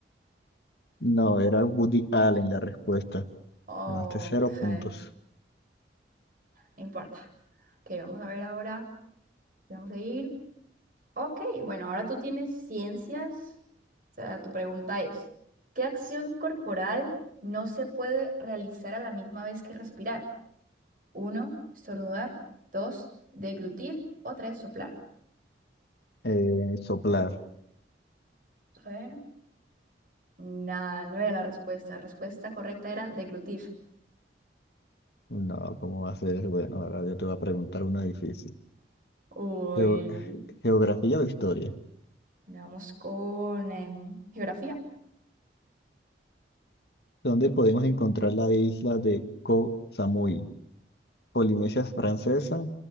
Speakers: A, on the left (about 60°); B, on the right (about 50°).
A: No, era Woody Allen la respuesta.
B: Ok,
A: Ganaste cero puntos.
B: bueno, no importa. Ok, vamos a ver ahora. Vamos a ir. Ok, bueno, ahora tú tienes ciencias. O sea, tu pregunta es, ¿qué acción corporal no se puede realizar a la misma vez que respirar? Uno, estornudar. Dos, deglutir. O tres, soplar.
A: Eh, soplar.
B: A ver. Nada, no era la respuesta. La respuesta correcta era deglutir.
A: No, ¿cómo va a ser? Bueno, ahora yo te voy a preguntar una difícil.
B: Uy,
A: Geo- ¿Geografía o historia?
B: bueno, vamos con em, geografía.
A: ¿Dónde podemos encontrar la isla de Koh Samui? ¿Polinesia Francesa,